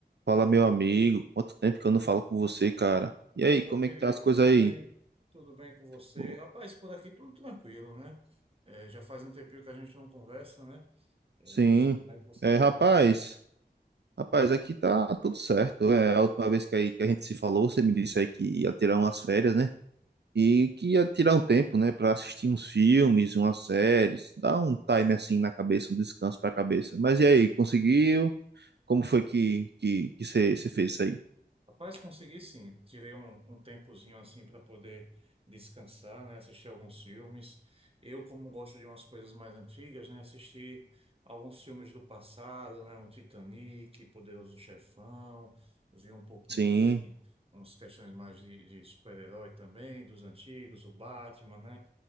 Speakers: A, on the right (about 75°); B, on the right (about 35°).
A: Fala, meu amigo. Quanto tempo que eu não falo com você, cara? E
B: Opa,
A: aí, como
B: querido,
A: é que tá as coisas
B: tudo
A: aí?
B: bem? Tudo bem com você?
A: Pô,
B: Rapaz, por aqui tudo tranquilo, né? É, já faz um tempinho que a gente não conversa, né? É,
A: Sim.
B: como é que você
A: É,
B: tá?
A: rapaz, rapaz, aqui tá tudo certo. É, a última vez que, aí, que a gente se falou, você me disse aí que ia tirar umas férias, né? E que ia tirar um tempo, né, pra assistir uns filmes, umas séries, dar um time assim na cabeça, um descanso pra cabeça. Mas e aí, conseguiu? Como foi que que que você você fez isso aí?
B: Rapaz, consegui sim. Tirei um, um tempozinho assim para poder descansar, né? Assistir alguns filmes. Eu, como gosto de umas coisas mais antigas, né? Assisti alguns filmes do passado, né? Um Titanic, Poderoso Chefão. Vi um pouquinho
A: Sim.
B: também umas questões mais de, de super-herói também, dos antigos, o Batman, né?